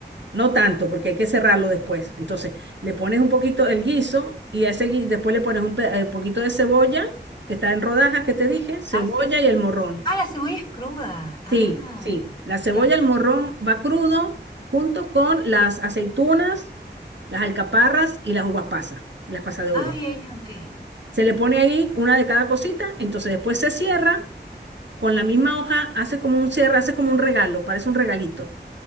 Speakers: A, on the right; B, on the left.
A: No tanto, porque hay que cerrarlo después. Entonces, le pones un poquito el guiso y a ese gui- después le pones un pe- eh, poquito de cebolla, que está en rodajas, que te dije, cebolla
B: Ah, sí, sí.
A: y el morrón.
B: Ah, la cebolla es cruda. Ah,
A: Sí, sí, la cebolla,
B: ya.
A: el morrón va crudo junto con las aceitunas, las alcaparras y las uvas pasas, las pasas de uva.
B: Ah, ya, ya, ok.
A: Se le pone ahí una de cada cosita, entonces después se cierra con la misma hoja hace como un cierre, hace como un regalo, parece un regalito